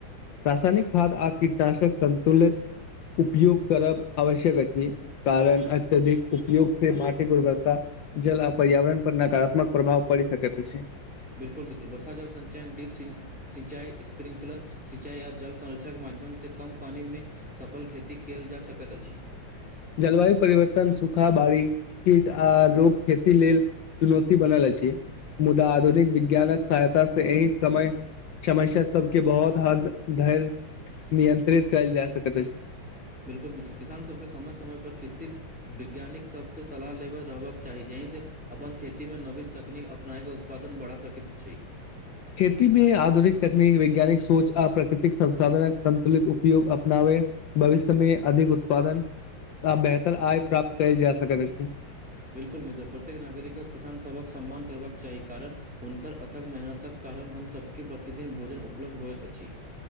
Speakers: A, on the left; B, in the centre.
A: रासायनिक खाद आ कीटनाशक संन्तुलित उपयोग करब आवश्यक अछि कारण अत्यधिक उपयोग से मात्र गुणवत्ता, जल आ पर्यावरण पर नकारात्मक प्रभाव पड़ि सकैत अछि।
B: बिल्कुल मित्र, वर्षा जल सञचयन ड्रिप सिंचाई, स्प्रिंकलर सिंचाई आ जल संरक्षण के माध्यमसँ कम पानिमे सफल खेती कयल जा सकैत अछि।
A: जलवायु परिवर्तन, सूखा, बाढ़ि, कीट आ रोग खेती लेल चुनौती बनल अछि मुदा आधुनिक विज्ञानक सहायता से एहि समय समस्या सबके बहुत हद धरि नियंत्रित कयल जा सकैत अछि।
B: बिल्कुल मित्र, किसान सबके समय समय पर कृषि वैज्ञानिक सभसँ सलाह लेबल रहबाक चाही जाहिसे अपन खेती मे नवीन तकनीक अपनायके उत्पादन बढ़ा सकैत छी।
A: खेती मे, आधुनिक तकनीक, वैज्ञानिक सोच, आ प्राकृतिक संसाधनक, संन्तुलित उपयोग, अपनावै। भविष्यमे, अधिक उत्पादन, आ बेहतर आय, प्राप्त कयल जा सकैत छै।
B: बिल्कुल मित्र! प्रत्येक नागरिक किसान, सभक सम्मान करबाक चाही, कारण! हुनकर अथक मेहनतक कारण, हमसभके प्रतिदिन भोजन उपलब्ध होइत अछि।